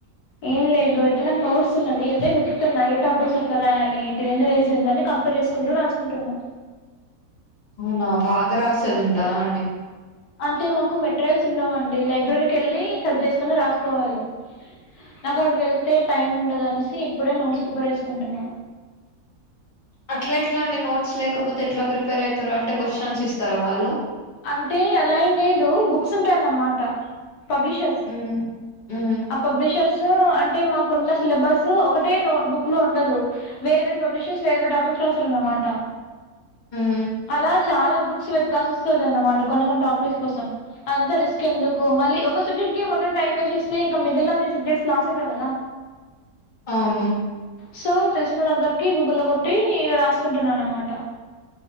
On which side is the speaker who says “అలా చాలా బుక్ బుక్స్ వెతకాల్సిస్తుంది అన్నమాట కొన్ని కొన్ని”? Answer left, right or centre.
Left